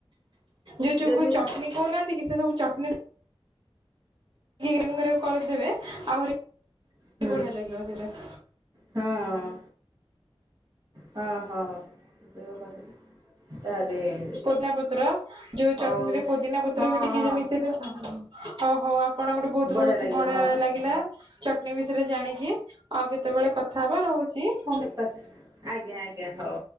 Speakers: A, on the right; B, on the right.
A: ଯୋଉ ଚବୁ
B: ଯେମିତି
A: ଚଟ୍ନି କହୁନାହାନ୍ତି କି ସେ ସବୁ ଚଟ୍ନି <unintelligible> କରିଦେବେ ଆହୁରି
B: ହୁଁ
A: ବଢିଆ ଲାଗିବ ସେଇଟା।
B: ହଁ ହଁ ହଁ। <unintelligible>
A: ପୋଦିନା ପତ୍ର ଯୋଉ
B: ହଉ
A: ଚଟ୍ନିରେ ପୋଦିନା ପତ୍ର
B: ହଁ
A: ବି ଟିକେ
B: ହଁ
A: ଯଦି ମିଶେଇଦେଲେ ଅ ହଉ ଆପଣଙ୍କଟୁ ବହୁତୁ
B: ବଢ଼ିଆ
A: ବହୁତୁ
B: ଲାଗିବ
A: ବଢିଆ
B: ହଁ
A: ଲାଗିଲା। ଚଟ୍ନି ବିଷୟରେ ଜାଣିକି, ଆଉ କେତବେଳେ କଥା ହବା ରହୁଚି।
B: <unintelligible> ଆଜ୍ଞା ଆଜ୍ଞା ହଉ।